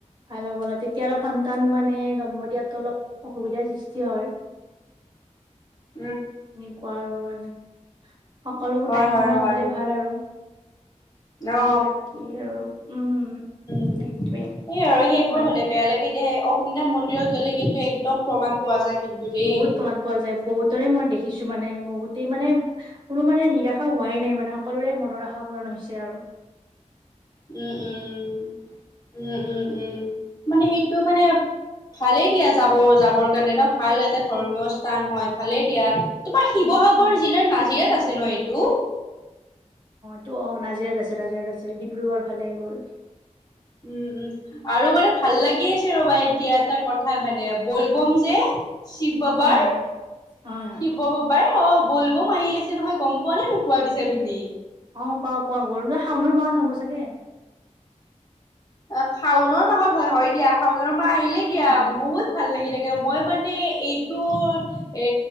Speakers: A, on the right (about 40°); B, on the left (about 30°).
A: ভাল হ'বল তেতিয়া আৰু সন্তান মানে, জন্ম দিয়াতো অলপ অসুবিধাৰ সৃষ্টি হয়।
B: উ'।
A: ন কোৱা আৰু মানে সকলোবোৰ
B: হয়
A: তাইৰ সময়ত
B: হয় হয়
A: হলে ভাল আৰু।
B: অ
A: বাকী আৰু উম'।
B: সেইয়
A: সেইটোৱে
B: আৰু সেইবোৰ
A: বাকী
B: হ'লে বেয়া লাগে দিয় অগ্নি মন্দিৰত গ'লে কিন্তু একদম প্ৰমাণ পোৱা যায়। কিন্তু দেই।
A: বহুত প্ৰমাণ পোৱা যায়, বহুতৰে মই দেখিছো মানে, বহুতেই মানে কোনো মানে নিৰাশা হোৱাই নাই মানে সকলোৰে মনৰ আশা পূৰণ হৈছে আৰু।
B: উম
A: <inaudible>
B: উম উম', উম', উম, মানে সেইটো মানে ভালে দিয়া যাব-যাবৰ কাৰণে ন, ভাল এটা ধৰ্মীয় স্থান হয়, ভালে দিয়া। তোমাৰ শিৱসাগৰ
A: উম উম
B: জিলাৰ নাজিৰাত আছে ন এইটো?
A: তো অ নাজিৰাত আছে, নাজিৰাত আছে ডিব্ৰুগড় ফালে গ'ল
B: উম', উম, আৰু মানে ভাল লাগি আছে ৰবা, এতিয়া এটা কথা মানে বল-বম যে শিৱ বাবাৰ-শিৱ
A: হয় হয় হয় হয়
B: বাবাৰ অ'। ব'লবম আহাৰি আছে নহয়, গম পোৱা নে নোপোৱা পিছা তুমি?
A: অ', পাওঁ, পাওঁ গৰুড়া শাওনৰ মাহ হ'ব চাগে?
B: অ', শাওণ মাহত হয় হয় দিয়া। শাওনৰ মাহ আহিলে দিয়া।
A: উম
B: বহুত ভাল লাগি থা এ, মই মানে এইটো এ